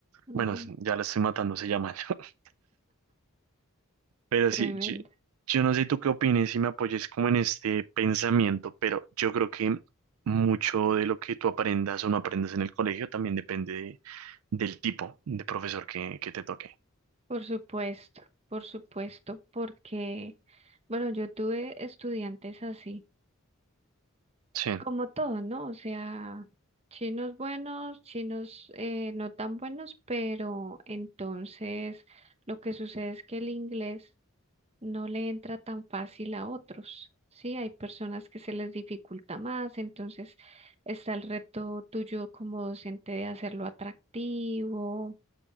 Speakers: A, on the right; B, on the right.
A: Mm,
B: Bueno, ya la estoy matando, se llama. <laughs> Pero
A: tremendo.
B: sí, yo, yo no sé tú qué opines y me apoyes como en este pensamiento, pero yo creo que mucho de lo que tú aprendas o no aprendas en el colegio también depende de- del tipo de profesor que, que te toque.
A: Por supuesto, por supuesto, porque, bueno, yo tuve estudiantes así,
B: Sí,
A: como todo, ¿no? O sea, chinos buenos, chinos eh, no tan buenos, pero entonces lo que sucede es que el inglés no le entra tan fácil a otros, ¿sí? Hay personas que se les dificulta más, entonces está el reto tuyo como docente de hacerlo atractivo,